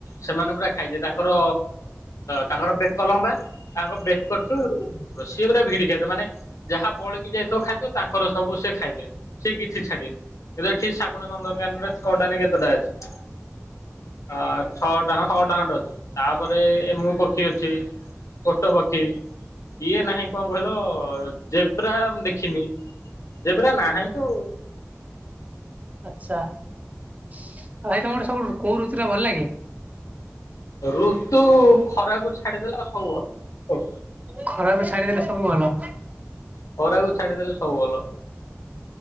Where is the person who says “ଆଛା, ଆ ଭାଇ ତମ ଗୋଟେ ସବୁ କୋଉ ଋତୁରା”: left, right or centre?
Right